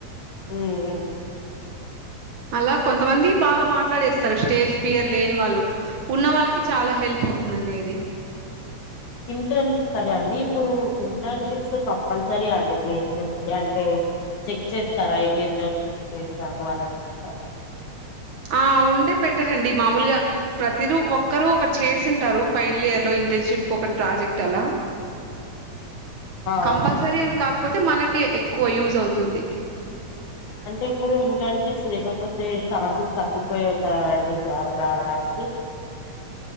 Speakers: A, on the left; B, on the right.
A: ఉ ఉ
B: అలా కొంతమంది బాగా మాట్లాడేస్తారు స్టేజ్ ఫియర్ లేని వాళ్ళు ఉన్న వాళ్ళకి చాలా హెల్ప్ అవుతుందండి అది
A: ఇంటర్న్ సరే అండి ఇప్పుడు ఇంటర్న్షిప్స్ కంపల్సరీ అండి ప్లేస్మెంట్స్ కి అంటే చెక్ చేస్తారా ఎన్ని ఇంటర్న్షిప్స్ చేసాము అలా ఏమన్నా
B: ఆ ఉంటే పెట్టారండి మామూలుగా ప్రతిదు ఒక్కరూ ఒకటి చేసింటారు ఫైనల్ ఇయర్ లో ఇంటర్న్షిప్ ఒకటి ప్రాజెక్ట్ అలా
A: ఆ
B: కంపల్సరీ అని కాకపోతే మనకే ఎక్కువ యూజ్ అవుతుంది
A: అంటే ఇప్పుడు ఇంటర్న్షిప్స్ లేకపోతే ఛాన్సెస్ తగ్గిపోయాయంటారండి జాబ్స్ రావడానికి